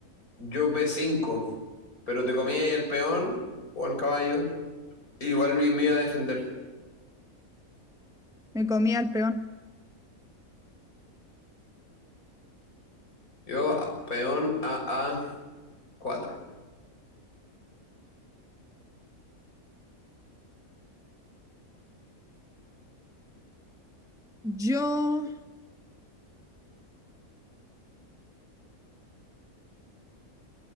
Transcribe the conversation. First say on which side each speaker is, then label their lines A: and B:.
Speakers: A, on the left; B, in the centre.
A: Yo b cinco, pero te comía ahí el peón o el caballo. Igual me iba a defender.
B: Me comía el peón.
A: Yo a- peón a a cuatro.
B: Yo,